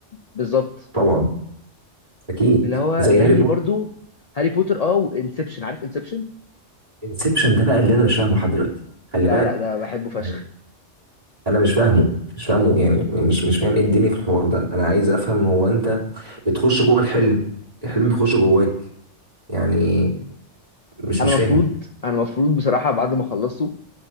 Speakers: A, on the left; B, on the right.
A: بالظبط
B: طبعا اكيد
A: اللي هو
B: زي
A: زي
B: هاري بوتر
A: برضو هاري بوتر اه وانسبشن عارف انسبشن
B: انسبشن ده بقى اللي انا مش فاهمه لحد دلوقتي خلي
A: لا
B: بالك
A: لا ده بحبه فشخ
B: يعني انا مش فاهمه مش فاهمه يعني مش مش فاهم ايه الدنيا في الحوار ده انا عايز افهم هو انت بتخش جوه الحلم الحلم بيخش جواك يعني مش
A: انا
B: مش فاهم
A: مفروض انا مفروض بصراحه بعد ما خلصته